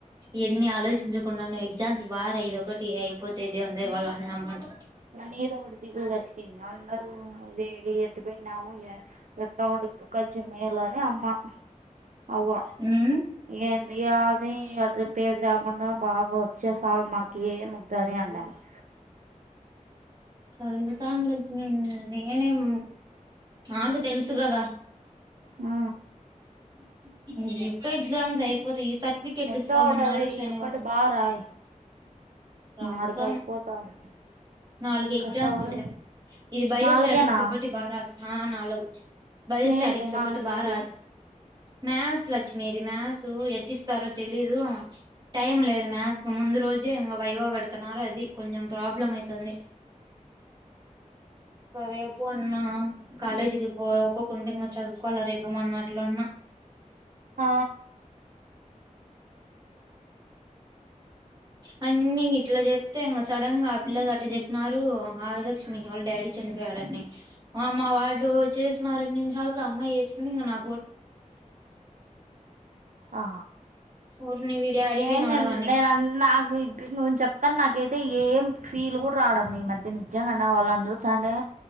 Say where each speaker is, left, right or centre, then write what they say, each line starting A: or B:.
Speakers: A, on the right; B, on the right.
A: యెన్ని ఆలోచించుకున్నాను ఎగ్జామ్స్ బాగా రాయి ఇదొ ఒకటి అయిపోతే దేవుని దయ వల్ల అని అమ్మంట
B: మనీద ఒకటి దిగు వచ్చంది అందరు ఇది ఎత్తి పెట్నాము ఎట్టో వడి కు కాచ్చ మేలాడ అమ్మా అవ్వ
A: ఉమ్
B: ఏ ఎయది అ పేరుద బాగా వస్తె చాలు మాకి ఏ ముద్దని అన్నారు
A: చదువుతాను లక్ష్మి నేనేం నాకు తెలుసు కదా
B: ఆ
A: <inaudible> ఎ ఎగ్జామ్స్ అయిపోతాయి సర్టిఫికెట్లు
B: ఎట్టో
A: ఇస్తామన్నారు
B: ఒకటి అది
A: శనివారం
B: ఈ ఒక్కటి బా రాయి
A: రాస్తాను
B: ఆడికి అయిపోతాది
A: నాలుగు ఎగ్జామ్స్
B: కష్టపడి
A: ఇది బయోస్టాటిక్స్
B: నాలుగేనా
A: ఒకటి బాగా రాస్తా ఆ నాలుగు బయస్టటిక్స్
B: మేలే
A: ఒకటి
B: నాలుగైతే
A: బాగా మ్యాథ్స్ లక్ష్మిీ ఇది మ్యాథ్స్ ఎట్టిస్తారో తెలీదు టైం లేదు మ్యాథ్స్ కి ముందు రోజే ఇంకా వైవ పెడుతున్నారు అది కొంచెం ప్రాబ్లం అయితుంది రేపు అన్నా కాలేజీకి పో ఒక్కొక్కంటి చదువుకోవాలా రేపు ఇ మొన్న అట్లున్న
B: ఆ
A: అని నేని ఇట్లా చెప్తే ఇంక సడన్ గా ఆ పిల్లలు అట్టి చెప్పినారు ఆదిలక్ష్మి వాళ్ళ డాడీ చనిపోయాడన్ని ఆ ఆళ్ళు చేసినా రెండు నిమిషాలకు ఆ అమ్మాయి ఇంగ నా
B: ఆ
A: ఓర్ని వీడి డాడీ
B: ఏ
A: వినాడు
B: నేన్
A: అని
B: నేనన్ నాకు తి నువ్వు చెప్తాన్న నాకైతే ఏం ఫీల్ కూడా రావడంలా న ఈ మధ్య నిజంగానే వాళ్ళని చూత్ సండే